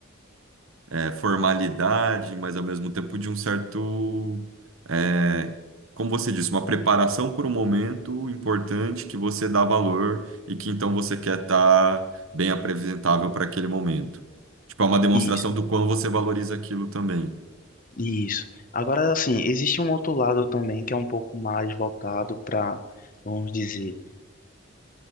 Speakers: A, on the right (about 75°); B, on the left (about 40°).
A: é, formalidade, mas ao mesmo tempo de um certo, é, como você disse, uma preparação por um momento importante que você dá valor e que então você quer estar bem apresentável para aquele momento. Tipo, é uma demonstração
B: Isso,
A: do quão você valoriza aquilo também.
B: isso. Agora, assim, existe um outro lado também que é um pouco mais voltado para, vamos dizer,